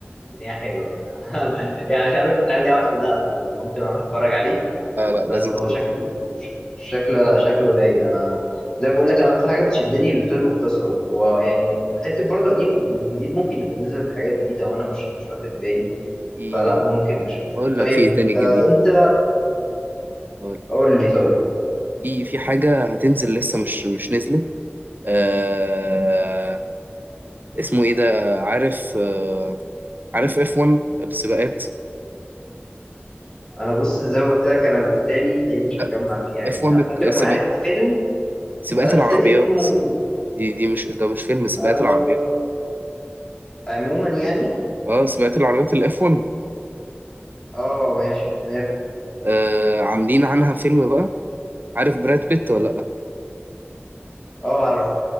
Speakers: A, on the left (about 20°); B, on the right (about 50°).
A: ان هي حلوه انا <laughs> يعني مش عايزك تحرق لي أوي عشان لا ممكن اروح اتفرج عليه
B: لا لا
A: بس
B: لازم
A: هو
B: تروح
A: شكله ش- شكله لا شكله رايق انا زي ما بقول لك انا اكتر حاجه بتشدني للفيلم القصه ويعني حته برضه القديم والجديد ممكن يكون نزلت حاجات جديده وانا مش مش واخد بالي
B: في
A: فلا ممكن اشوفه
B: اقول
A: طيب
B: لك في ايه تاني جديد
A: آه انت
B: أقول.
A: قول لي طيب
B: في في حاجه هتنزل لسه مش مش نزلت آه... اسمه ايه ده عارف آه... عارف اف 1 السباقات
A: انا بص زي ما قلت لك انا الاسامي تلاقيني مش
B: لا
A: مجمع فيها يعني
B: اف 1
A: انا ممكن
B: السباق
A: اكون عارف الفيلم
B: سباقات
A: بس
B: العربيات
A: اسمه
B: دي دي مش ده مش فيلم سباقات
A: آه
B: العربيات
A: عموما يعني
B: اه سباقات العربيات الاف 1
A: اه ماشي ماله
B: آه... عاملين عنها فيلم بقى عارف براد بيت ولا لا
A: اه عارفه